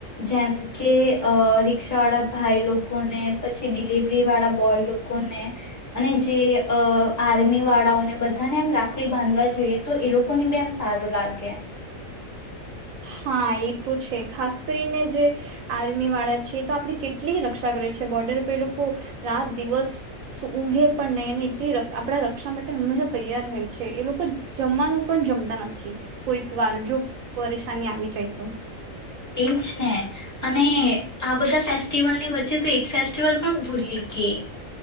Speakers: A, on the left; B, on the right.
A: જેમ કે અ રિકષા વાળા ભાઈ લોકોને પછી ડિલિવરી વાળા બોય લોકોને અને જે આર્મી વાળાઓને બધાને એમ રાખડી બાંધવા જોઈએ તો એ લોકોને બી એમ સારું લાગે.
B: હા એ તો છે ખાસ કરીને જે આર્મી વાળા છે એ તો આપડી કેટલી રક્ષા કરે છે બોર્ડર પરે એ લોકો રાત દિવસ ઊંઘે પણ નહીં અને એટલી આપણા રક્ષા માટે હંમેશા તૈયાર રહે છે એ લોકો જમવાનું પણ જમતા નથી કોઈક વાર જો પરેશાની આવી જાય તો
A: એજ ને અને અને આ બધા ફેસ્ટિવલ ની વચ્ચે તો એક ફેસ્ટિવલ પણ ભૂલી ગેઈ